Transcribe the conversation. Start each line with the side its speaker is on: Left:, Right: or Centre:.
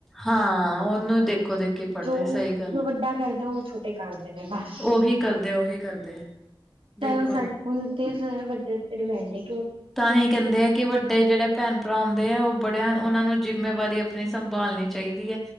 Centre: ਹਾਂ, ਓਨੂੰ ਦੇਖੋ-ਦੇਖੀ ਪੜ੍ਹਦੇ
Right: ਜੋ
Centre: ਸਈ ਗੱਲ।
Right: ਜੋ ਵੱਡਾ ਕਰਦਾ ਓ ਛੋਟੇ ਕਰਦੇ ਨੇ ਬਸ,
Centre: ਉਹੀ ਕਰਦੇ ਉਹੀ ਕਰਦੇ ਬਿਲਕੁਲ।
Right: ਚਾਹੇ ਓ ਸਾਡ ਹੁਨ ਤੇ ਫੇਰ ਵੱਡੇ ਉੱਤੇ ਡਿਪੈਂਡ ਏ।
Centre: ਤਾਂ ਹੀ ਕਹਿੰਦੇ ਐ ਕਿ ਵੱਡੇ ਜੇੜੇ ਭੈਣ ਭਰਾ ਹੁੰਦੇ ਆ, ਓ ਬੜੇ ਓਨਾਂ ਨੂੰ ਜਿੰਮੇਵਾਰੀ ਅਪਨੀ ਸੰਭਾਲਣੀ ਚਾਈਦੀ ਐ,